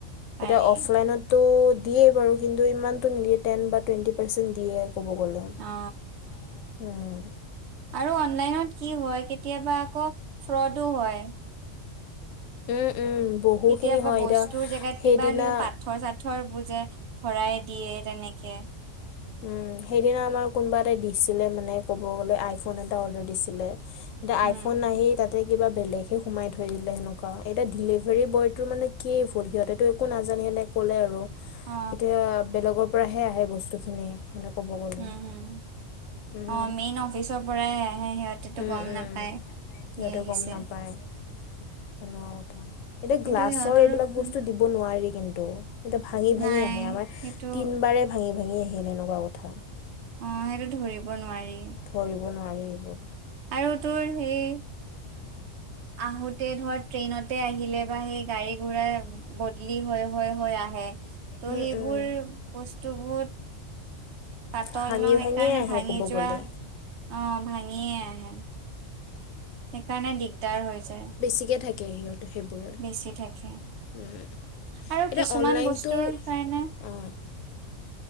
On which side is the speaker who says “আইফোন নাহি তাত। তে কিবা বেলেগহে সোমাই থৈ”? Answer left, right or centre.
Left